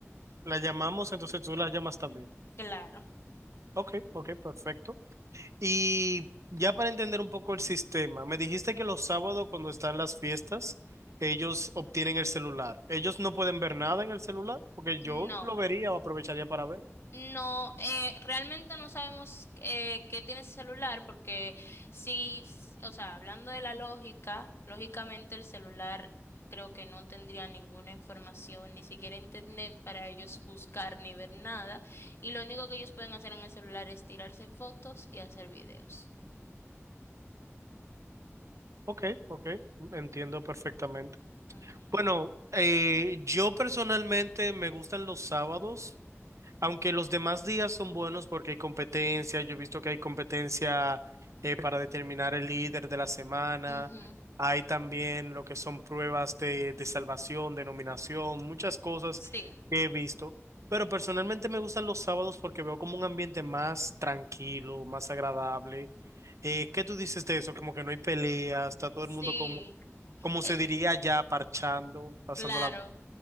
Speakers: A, on the right; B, on the left.
A: La llamamos, entonces tú la llamas también.
B: Claro.
A: Ok, ok, perfecto. Y ya para entender un poco el sistema, me dijiste que los sábados cuando están las fiestas, ellos obtienen el celular. Ellos no pueden ver nada en el celular porque yo
B: No.
A: lo vería o aprovecharía para ver.
B: No, eh, realmente no sabemos eh, qué tiene ese celular porque sí, s- o sea, hablando de la lógica, lógicamente el celular creo que no tendría ninguna información, ni siquiera internet para ellos buscar ni ver nada. Y lo único que ellos pueden hacer en el celular es tirarse fotos y hacer videos.
A: Ok, ok, entiendo perfectamente.
B: Ujú,
A: Bueno, eh, yo personalmente me gustan los sábados Aunque los demás días son buenos porque hay competencia, yo he visto que hay competencia eh, para determinar el líder de la semana,
B: ujú,
A: hay también lo que son pruebas de, de salvación, de nominación, muchas cosas
B: Sí,
A: que he visto, pero personalmente me gustan los sábados porque veo como un ambiente más tranquilo, más agradable. Eh, ¿qué tú dices de eso? Como que no hay peleas, está todo
B: sí.
A: el mundo como, como
B: Eh,
A: se diría ya, parchando, pasando
B: Claro.